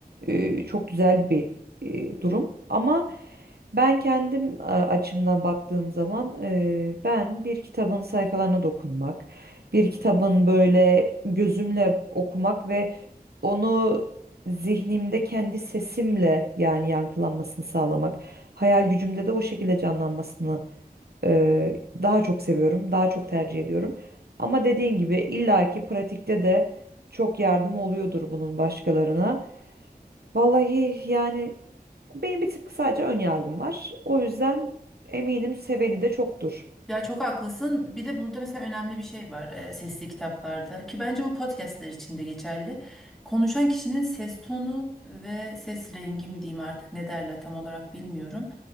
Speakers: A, on the right; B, in the centre.
A: e, çok güzel bir e, durum. Ama ben kendim e, açımdan baktığım zaman e, ben bir kitabın sayfalarına dokunmak, bir kitabın böyle gözümle okumak ve onu zihnimde kendi sesimle yani yankılanmasını sağlamak, hayal gücümde de o şekilde canlanmasını e, daha çok seviyorum, daha çok tercih ediyorum. Ama dediğin gibi illaki pratikte de çok yardımı oluyordur bunun başkalarına. Vallahi yani benim bir tık sadece ön yargım var. O yüzden eminim seveni de çoktur.
B: Ya çok haklısın. Bir de burada mesela önemli bir şey var e, sesli kitaplarda ki bence bu podcastler için de geçerli. Konuşan kişinin ses tonu ve ses rengi mi diyeyim artık ne derler tam olarak bilmiyorum.